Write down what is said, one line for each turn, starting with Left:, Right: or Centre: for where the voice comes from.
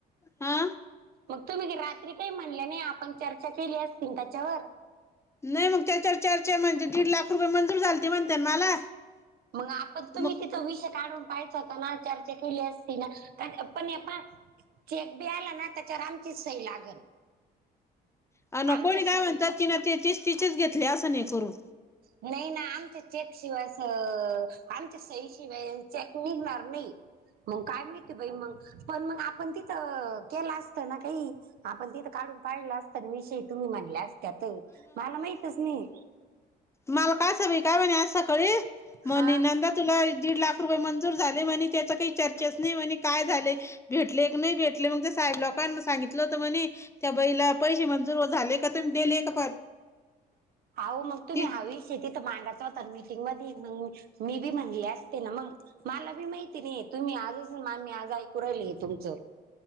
Left: हा
Right: मग तुम्ही रात्री काही म्हणले नाही आपण चर्चा केली असतील त्याच्यावर
Left: नाही मग त्याच्यावर चर्चा म्हणजे दीड लाख रुपये मंजूर झाले ते म्हणते मला
Right: मग आपण तुम्ही
Left: मग
Right: तिथं विषय काढून पायच होता ना चर्चा केली असती ना कारण पण पण क बी आला ना त्याच्या रामचीच सई लागल
Left: अ न
Right: आमच्या
Left: कोणी
Right: सही
Left: काय म्हणतात कि ना ते तेच तिचेच घेतले असं नाही करून
Right: नाही ना आमच्या चेकशिवाय असं आमच्या सहीशिवाय चेक निघणार नाही मग काय मिळते बाई मग पण मग आपण तिथं केलं असतं ना काही आपण तिथं काढून पाळलं असत विषयी तुम्ही म्हणले असतत मला माहितच नाही.
Left: मालका सवी काय म्हणे सकाळी मनीनंद
Right: हा
Left: तुला दीड लाख रुपये मंजूर झाले म्हणे त्याच काही चर्चेच नाही म्हणे काय झाले. भेटले एक नाही भेटले मग त्या साहेब लोकांना सांगितलं होतं म्हणे त्या बईला पैसे मंजूर झाले का तुम्ही दिले का पण
Right: आहो‌ मग तुम्ही
Left: ती
Right: हा विषय तिथ मांडायच होता मीटिंग मध्ये म मी बी म्हणले असते ना मग मला बी माहिती नाहीे तुम्ही आज असेल मी आज ऐकू राहिल तुमचं.